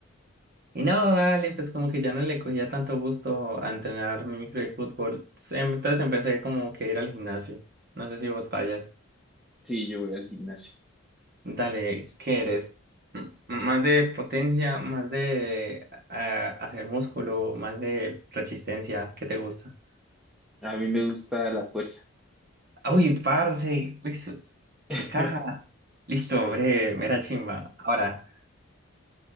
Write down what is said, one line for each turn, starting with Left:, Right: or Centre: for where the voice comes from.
Right: Y no, dale, pues como que ya no le cogía tanto gusto a entrenar micro y fútbol. Em, Entonces empecé como que a ir al gimnasio. No sé si vos fallas.
Centre: Sí, yo voy al gimnasio.
Right: Dale, ¿qué eres? M- ¿Más de potencia, más de ah, hacer músculo, más de resistencia? ¿Qué te gusta?
Centre: A mí me gusta la fuerza.
Right: Ah, Uy, parce, uy, qué
Centre: <laughs>
Right: caja. Listo, breve, mera chimba. Ahora,